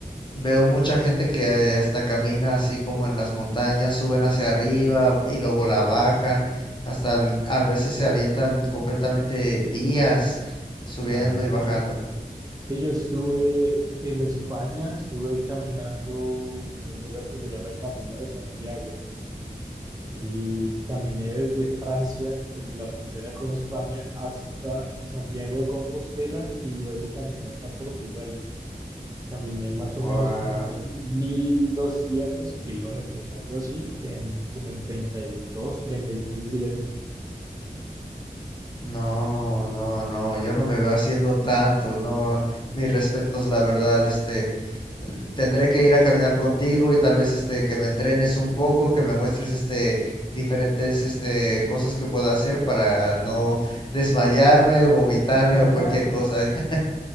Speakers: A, on the left; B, on the right.
A: Veo mucha gente que hasta camina así como en las montañas, suben hacia arriba y luego la bajan, hasta el- a veces se avientan completamente días subiendo
B: Ajá.
A: y bajando.
B: Sí, yo estuve en España, estuve caminando en un lugar que se llama el Camino de Santiago y caminé desde Francia, desde la frontera con España, hasta Santiago de Compostela y luego caminé hasta Portugal. Caminé más o
A: Guau.
B: menos como unos 1200 kilómetros, algo así, en como en treinta treinta y dos, treinta y tres días.
A: No, no, no, yo no me veo haciendo tanto, no, mis respetos, la verdad, este, l- tendré que ir a caminar contigo y tal vez, este, que me entrenes un poco, que me muestres, este, diferentes, este, cosas que pueda hacer para no desmayarme, vomitarme
B: <laughs>
A: o cualquier cosa. <laughs>